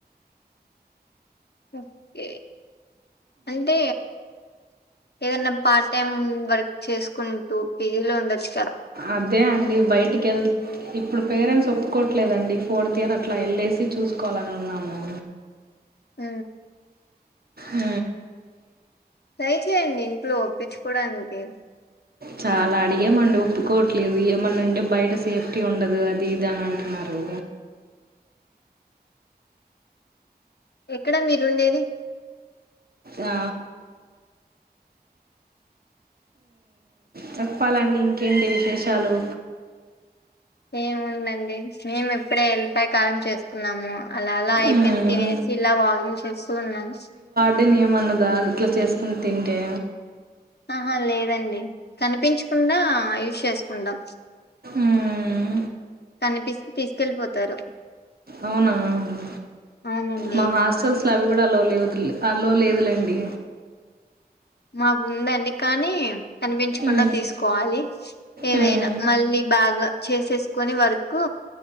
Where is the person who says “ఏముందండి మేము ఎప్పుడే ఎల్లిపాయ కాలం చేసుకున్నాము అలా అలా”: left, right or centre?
Left